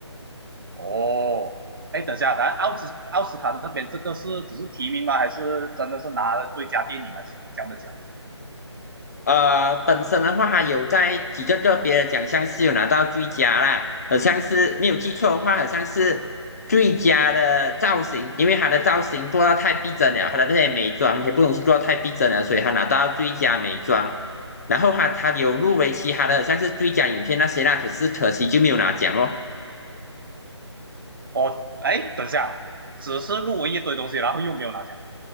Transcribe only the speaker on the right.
哦，哎，等一下，咱奥斯奥斯卡那边这个是只是提名吗？还是真的是拿了最佳电影还是什么这样的奖？
哦，哎，等一下，只是入围一堆东西，然后又没有拿奖，